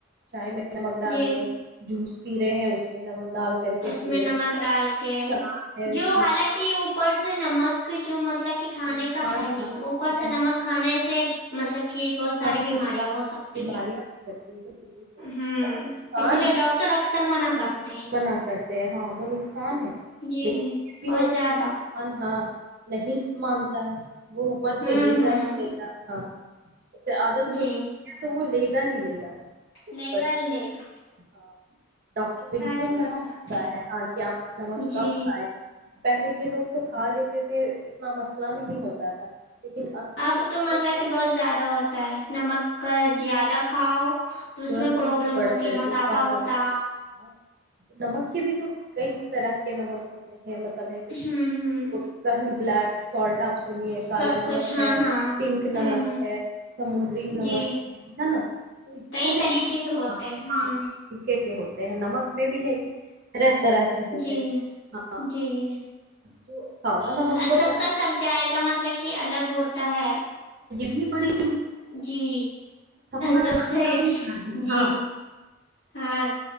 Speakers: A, on the right; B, on the left.
A: چائے میں نمک ڈال
B: جی
A: کے جوس پی رہے ہیں اس میں نمک ڈال کر کے
B: اس
A: پی
B: میں
A: رہے
B: نمک
A: ہیں
B: ڈال کے
A: سلاد ہے
B: جو
A: اس میں
B: حالانکہ اوپر سے نمک کہ جو مطلب کھانے
A: نقصان
B: کا ہے نہیں
A: تھا
B: اوپر
A: نہیں،
B: سے نمک کھانے سے مطلب کہ بہت ساری
A: کافی
B: بیماریاں
A: نقصان
B: ہو سکتی
A: بیماریاں
B: ہے
A: ہو سکتی ہے بالکل بالکل
B: ہ
A: نقصان
B: اسی لیے
A: ہے
B: ڈاکٹر اکثر منع کرتے
A: منع کرتے ہیں ہاں وہ نقصان ہے
B: جی
A: لیکن بھی
B: بہت
A: ہے نقان
B: زیادہ
A: ہاں نہیں مانتا ہے وہ اوپر
B: ہوں
A: سے لے
B: ہوں
A: گا ہی لے گا ہاں اس سے عادت
B: جی
A: ہو چکی ہے تو وہ لے گ ہیلے گا اوپر
B: لے گا
A: سے
B: ہی لے گا
A: ہاں
B: کیا
A: بالکل
B: ہی کر
A: منتا
B: سکتے
A: ہے ہاں کہ آپ نمک کم
B: جی
A: کھائیں پہلے کے لوگ تو کھا لیتے تھے اتنا مسئلہ نہیں ہوتا تھا لیکن کے
B: اب
A: کھانے
B: تو مطلب
A: میں
B: کہ بہت زیادہ ہوتا ہے نمک کا زیادہ کھاؤ تو اس
A: ترنت
B: میں پروابلم
A: بی پی بڑھ
B: ہوتی
A: جائے
B: ہے موٹاپا
A: گی پرابلم
B: ہوتا
A: ہاں نمک کے بھی تو کئی طرح کے نمک ہوتے ہیں ہے مطلب ہے کہ
B: ہوں ہوں
A: وہ کہیں بلیک سالٹ اپس سے
B: سب
A: کالا
B: کچھ
A: نمک
B: ہاں
A: ہے
B: ہاں
A: پنک
B: ہوں
A: نمک
B: ہوں
A: ہے سمندری
B: جی
A: نمک ہے نا تو اس
B: کئی
A: بھی
B: طریقے کے ہوتے
A: ہاں
B: ہیں ہوں
A: ہاں طریقے ہوتے ہیں نمک میں بھی ہے کہ رہ طرح کے ہو
B: جی
A: گئے ہاں
B: جی
A: جو سادہ نمک
B: جی
A: ہوتا
B: سب کا سب جائقہ مطلب کہ الگ ہوتا ہے
A: ج پڑی
B: جی
A: کا
B: سب سے
A: الگ الگ ہے،
B: جی
A: ہاں
B: ہاں